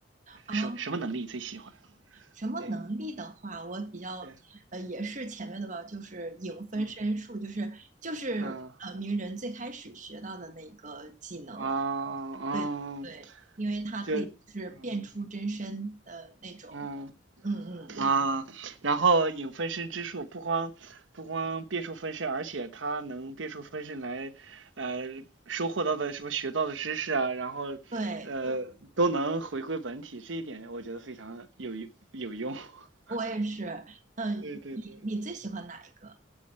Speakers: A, on the right; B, on the right.
A: 啊，
B: 什么什么能力最喜欢？
A: 什么能力的话，
B: 对
A: 我比较呃也是前面的吧，
B: 对，
A: 就是影分身术，
B: 嗯
A: 就是就是呃鸣人最开始学到的那个技能。
B: 嗯啊啊啊，
A: 对，对，因为它可以就是变出真身的那种。
B: 就嗯嗯。
A: 嗯嗯，
B: 啊，然后影分身之术不光不光变出分身，而且它能变出分身来，呃，收获到的什么学到的知识啊，然后呃都能回归本体，
A: 对，
B: 这一点我觉得非常有有用。<laughs>
A: 我也是。嗯，
B: 对对对。
A: 你你最喜欢哪一个？